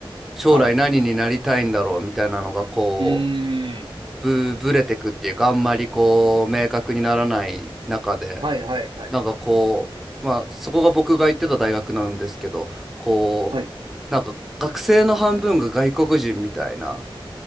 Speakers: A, in the centre; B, on the right (about 65°).
A: 将来何になりたいんだろうみたいなのがこ
B: はい。うーん、
A: う、ぶ、ぶれてくっていうか、あんまりこう、
B: ん
A: 明確にならない中で、
B: はい、はい、はい、
A: なんかこう、まあそこが僕が行ってた大学なんですけど、こう、
B: はい。
A: なんか学生の半分が外国人みたいな